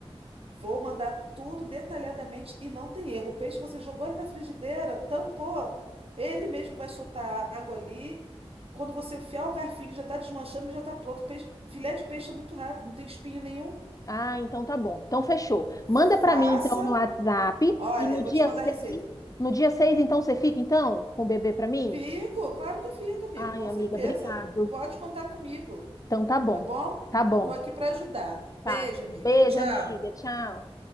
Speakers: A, on the right; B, on the left.
A: Vou mandar tudo detalhadamente e não tem erro. O peixe você jogou ali na frigideira, tampou. Ele mesmo vai soltar a água ali. Quando você enfiar o garfinho que já está desmanchando, ele já está pronto. Peixe- filé de peixe é muito rápido, não tem espinho nenhum.
B: Ah, então tá bom. Então fechou.
A: Faça.
B: Manda pra mim então no WhatsApp
A: Olha,
B: e no
A: eu vou
B: dia
A: te mandar
B: 6,
A: a receita.
B: no dia 6 então você fica então com o bebê pra mim?
A: Fico, claro que eu fico, amiga,
B: Ai,
A: com
B: amiga,
A: certeza.
B: obrigado.
A: Pode contar comigo,
B: Então tá bom.
A: tá bom?
B: Tá bom.
A: Tô aqui para ajudar. Beijo,
B: Tá.
A: amiga.
B: Beijo,
A: Tchau.
B: amiga. Tchau.